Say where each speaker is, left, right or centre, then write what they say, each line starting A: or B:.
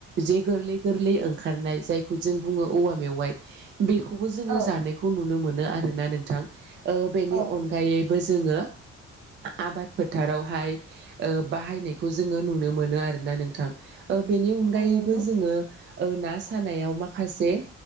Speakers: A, on the right (about 40°); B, on the right (about 75°).
A: जे गोरलै गोरलै ओंखारनाय जायखौ जों बुङो औवा मे मेवाइ। बेखौबो जोङो
B: औ
A: जानायखौ नुनो मोनो आरोना नोंथां ओ बेनि
B: औ
A: अनगायै बो जोङो आबाद फोथारावहाय ओ बाहायनायखौ जोङो नुनो मोनो आरोना नोंथां ओ बेनि अनगायैबो
B: औ नंगौ
A: जोङो ओ ना सानायाव माखासे